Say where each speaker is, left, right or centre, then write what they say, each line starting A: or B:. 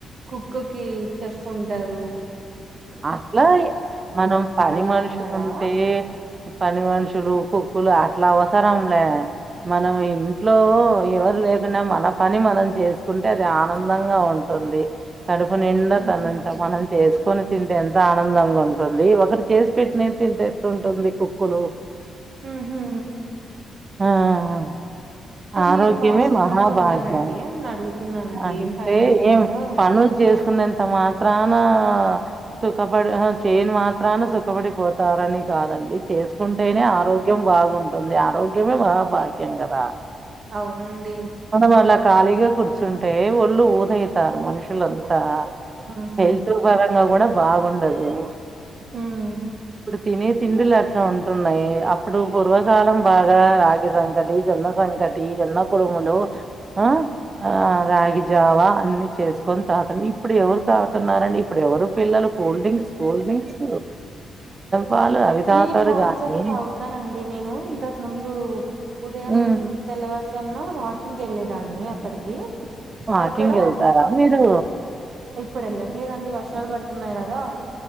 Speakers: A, on the right; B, on the right.
A: కుక్ కి చెఫ్ ఉంటరు
B: అట్లా మనం పని
A: అలా
B: మనుషులు
A: ఉన్నారా
B: ఉంటే పని మనుషులు కుక్కులు అట్లా అవసరంలే మనం ఇంట్లో ఎవ రు లేకున్నా మన పని మనం చేసుకుంటే అది ఆనందంగా ఉంటుంది కడుపు నిండా
A: ఊహూ
B: పనంత మనం చేసుకొని ఉంటే ఎంత ఆనందంగా ఉంటుంది ఒకరు చేసి పెట్టినయి తింట ఎట్లుంటుంది కుక్కులు
A: ఉహు
B: ఆ ఆ ఆరోగ్యమే
A: మీరు బాగా సుఖంగా
B: మహాభాగ్యం
A: ఉన్నారంటే అని అడుగుతున్నానండి
B: అంటే
A: ఏం పని లేకుండా
B: ఏం పనులు చేసుకున్నంత మాత్రాన ఆ సుఖపడి ఆహా చేయాన్ మాత్రాన సుఖపడిపోతారని కాదండి చేసు చేసుకుంటేనే
A: హుహు.
B: ఆరోగ్యం బాగుంటుంది ఆరోగ్యమే మహా భాగ్యం కదా
A: అవునండి
B: మనం అలా ఖాళీగా కూర్చుంటే ఒళ్ళు ఊదైతారు మనుషులంతా
A: ఆహా
B: హెల్త్ పరంగా కూడా బాగుండదు
A: హ్మ్.
B: ఇప్పుడు తినే తిండులు అట్లా ఉంటున్నాయి అప్పుడు పూర్వకాలం బాగా రాగి సంకటి జొన్న సంకటి జొన్న కుడుములు ఆ ఆ రాగి జావా అన్ని చేసుకొని తాగుతున్నా ఇప్పుడు ఎవరు తాగుతున్నారండి ఇప్పుడు ఎవరు పిల్లలు కూల్ డ్రింక్స్ కూల్ డ్రింక్స్ పాలు అవి తాగుతారు
A: నేను రాగి
B: గానీ
A: జావా తాగుతానండి నేను ఇంతకు ముందు ఉదయం
B: ఉమ్
A: తెల్ల వారు జామున వాకింగ్ వెళ్ళలేదాన్ని అక్కడికి
B: వాకింగ్
A: అక్కడ
B: వెళ్తారా మీరు
A: ఇప్పుడు వెళ్ళట్లేదండి వర్షాలు పడుతున్నాయి కదా